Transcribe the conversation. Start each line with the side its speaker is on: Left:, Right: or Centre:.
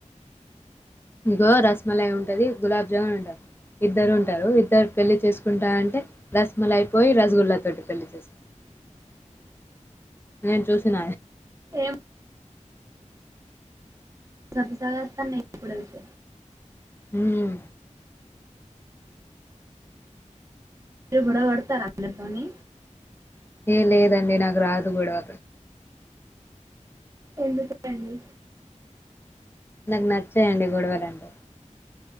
Left: ఇగో రసమలాయి ఉంటది గులాబ్ జామున్ ఉంటది ఇద్దరు ఉంటారు ఇద్దరు పెళ్లి చేసుకుంటా అంటే రస్మల అయిపోయి రసగుల్లతోటి పెళ్లి చేసుకుంటది
Right: <inaudible>
Left: నేను చూసిన
Right: ఏమో సతసాగాస్తా ఇప్పుడైతే
Left: ఉం
Right: మీరు గొడవ పడతారా అందరు తోని
Left: ఏ లేదండి నాకు రాదు గొడవ
Right: ఎందుకు అండి
Left: నాకు నచ్చాయండి గొడవలు అంటే